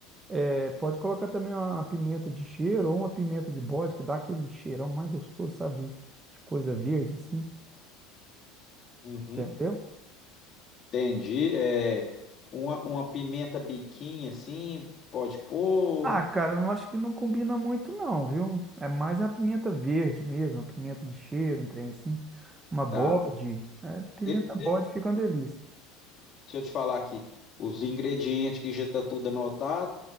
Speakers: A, on the right; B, on the left.
A: é, pode colocar também uma pimenta de cheiro ou uma pimenta de bode, que dá aquele cheirão mais gostoso, sabe, de, de coisa verde, assim,
B: Uhum,
A: entendeu?
B: entendi. É, uma, uma pimenta biquinha assim, pode pôr.
A: Ah, cara, eu acho que não combina muito não, viu? É mais a pimenta verde mesmo, a pimenta de cheiro, um trem assim. Uma bode.
B: Tá.
A: É, pimenta
B: De- de-
A: bode fica uma delícia.
B: deixa eu te falar aqui. Os ingredientes que já tá tudo anotado.